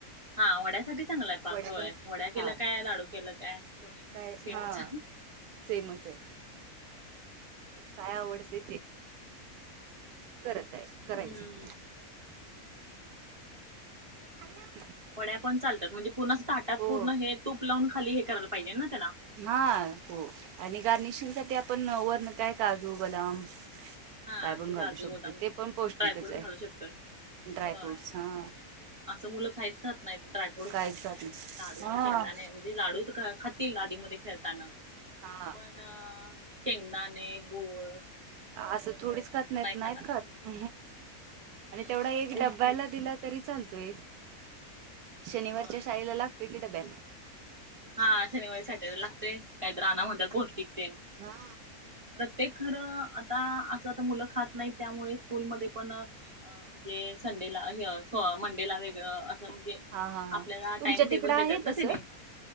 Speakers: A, on the right; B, on the right.
A: हा वड्यासाठी चांगला आहे पाक
B: वड्या
A: होय
B: पण
A: वड्या केला
B: हा
A: काय लाडू केल काय. दोन्ही
B: काय
A: सेमच
B: हा सेमच आहे. काय आवडते ते करत आहे करायचं.
A: हम्म
B: हॅलो.
A: वड्या पण चालतात म्हणजे पूर्ण ताटात
B: हो
A: पूर्ण हे तूप लावून खाली हे करायला पाहिजे ना त्याला.
B: हा हो आणि गार्निशिंग साठी आपण वर्ण काय काजू, बदाम
A: हा
B: काय पण
A: ते
B: घालू
A: काजू
B: शकतो
A: बदाम
B: ते पण पौष्टिकच
A: ड्रायफ्रूट
B: आहे
A: घालू शकतोय
B: ड्राय
A: होय
B: फ्रूटस हा.
A: असं मुलं काहीच खात नाहीत ड्रायफ्रूट
B: काहीच
A: खात नाहीत,
B: नाही
A: लाडू, शेंगदाणे, लाडू खातील आदीमध्ये खेळताना.
B: हा
A: पण शेंगदाणे, गुळ,
B: असं थोडीच खात
A: असलं
B: नाहीत,
A: नाही खाणार
B: नाहीत खात
A: हम्म
B: आणि तेवढा एक
A: तेच
B: डब्ब्याला
A: की
B: दिलात तरी चालतोय, शनिवारच्या
A: होय
B: शाळेला लागतोय की डब्याला.
A: हा शनिवारी, सॅटरडे लागतय, नाहीतर आना म्हणत्यात पौष्टिकतेन
B: हा!
A: प्रत्येक खर आता असं त मुलं खात नाही त्यामुळे स्कूलमध्ये पण अ म्हणजे संडेला हे सो मंडेला वेगळं असं म्हणजे
B: हा हा हा
A: आपल्याला
B: तुमच्या
A: टाइम टेबल,
B: तिकडं आहे
A: देतात ना
B: तसं
A: तीने